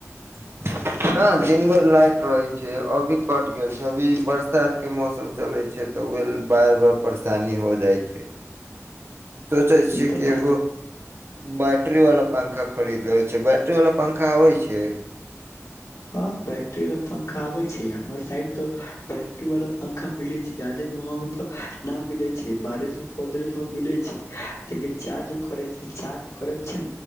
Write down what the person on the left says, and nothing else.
ई तऽ
बात
हाँ बैटरी बला पंखा आबैय छै आब हमर साइड तऽ बैटरी वाल पंखा मिले छै जादे महग त न मिले छै बारह सौ पन्द्रह सै मिले छै लेकिन चार्ज करे छै चार्ज करे मे छै